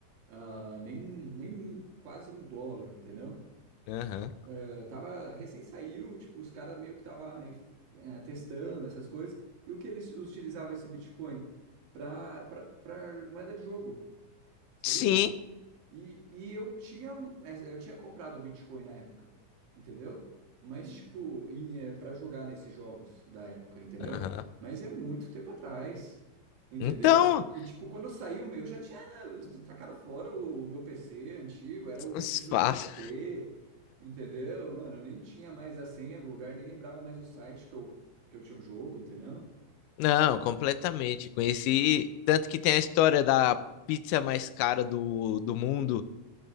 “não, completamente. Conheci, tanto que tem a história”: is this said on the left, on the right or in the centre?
Left